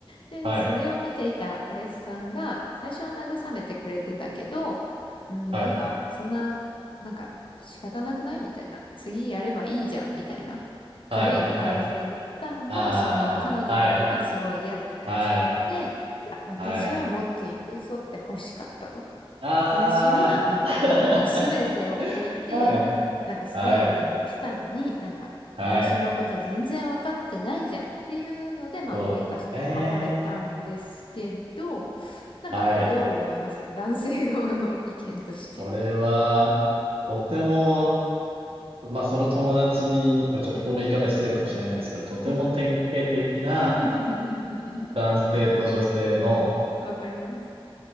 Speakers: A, on the left; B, on the right.
A: で、
B: はい、
A: それを見ていた彼氏さんが、最初は慰めてくれてたけど、うん、
B: はい、
A: なんか、そんな、なんか、仕方なくないみたいな。次やればいいじゃんみたいな。軽い感じで言ったのが、
B: はい、はい、あー、
A: その、彼女にはすごい嫌だったらしくって、
B: はい、はい、
A: いや、私はもっと寄り添って欲しかったと。
B: はい、あー、
A: 私は、なんかこう、すべてを置いて、
B: <laughs> はい、
A: なんかスウェーデンに来たのに、
B: はい、
A: なんか、
B: はい、
A: 私のこと全然分かってないじゃんっていうので、まあ大喧嘩して別れたんですけど、
B: そうですね。
A: なんかどう思いますか男性側の意見として。
B: はい。これは、とてもまあ、その友達にはちょっとこの言い方失礼かもしれないですけど、とても典型的な
A: はい。<laughs>
B: 男性と女性の、
A: わかります。